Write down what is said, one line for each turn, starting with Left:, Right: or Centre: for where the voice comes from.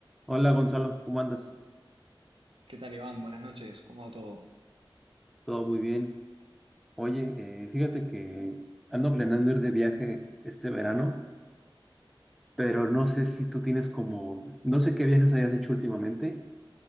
Centre: Hola Gonzalo, ¿cómo andas?
Right: ¿Qué tal, Iván? Buenas noches, ¿cómo va todo?
Centre: Todo muy bien. Oye, eh, fíjate que ando planeando ir de viaje este verano, pero no sé si tú tienes como, no sé qué viajes hayas hecho últimamente